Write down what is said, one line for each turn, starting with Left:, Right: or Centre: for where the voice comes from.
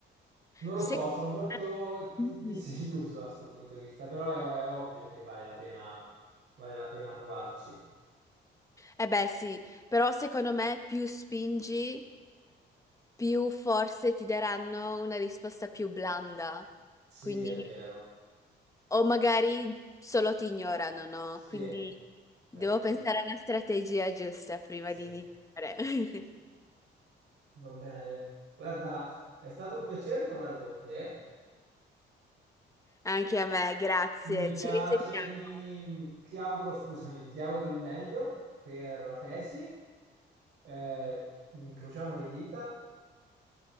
Right: non lo
Left: Secondo
Right: so, sono molto di-
Left: me...
Right: disilluso da questo punto di vista, però è, è ovvio che vale la pena, vale la pena provarci.
Left: Eh beh, sì, però secondo me più spingi, più forse ti daranno una risposta più blanda.
Right: Sì,
Left: Quindi,
Right: è vero.
Left: o magari solo ti ignorano, no?
Right: Sì,
Left: Quindi
Right: è
Left: devo
Right: vero.
Left: pensare alla strategia giusta prima
Right: Sì.
Left: di
Right: <laughs>
Left: iniziare. <laughs>
Right: Va bene. Guarda, è stato un piacere parlare con te.
Left: Anche a me, grazie.
Right: Mi piace,
Left: Ci risentiamo.
Right: mi, ti auguro, scusami, ti auguro il meglio per la tesi. Eh, incrociamo le dita.